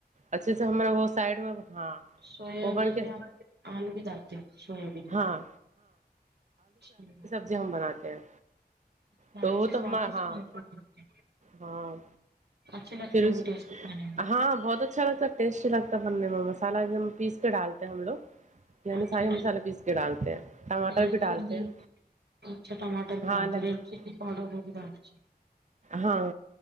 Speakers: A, on the right; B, on the right.
A: اچھے سے ہم وہ سائڈ میں ہاں
B: سویابین
A: وہ بن کے
B: میں اپ آلو بھی ڈالتے ہو سویابین
A: ہاں
B: میں
A: جی ہم بناتے ہیں
B: سات
A: تو وہ
B: سے سوادشٹ
A: تو ہمار ہاں
B: بنتے ہوں
A: ہاں
B: اچھے لگتے
A: پھر
B: ہوں
A: اس
B: گے ٹیسٹی کھانے میں
A: ہان بہت اچھا لگتا ٹیسٹی لگتا ہے بننے میں مسالہ ایک دم پیس کے ڈالتے ہیں ہم لوگ یعنی
B: اچھا
A: سارے مسالے پیس کے ڈالتے ہیں ٹماٹر
B: ریڈ
A: بھی
B: چلی
A: ڈالتے ہیں
B: اچھا ٹمٹر
A: ہاں
B: بھی رہتی ریڈ چلی پؤڈر وہ بھی ڈالتے
A: ہاں